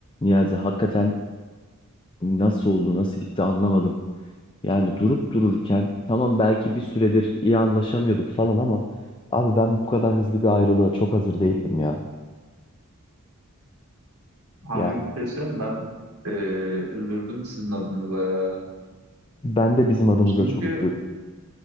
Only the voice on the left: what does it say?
Niyazi hakikaten nasıl oldu, nasıl bitti anlamadım. Yani durup dururken tamam belki bir süredir iyi anlaşamıyorduk falan ama abi ben bu kadar hızlı bir ayrılığa çok hazır değildim ya.
Yani
ben de bizim adımıza
çok üzüldüm.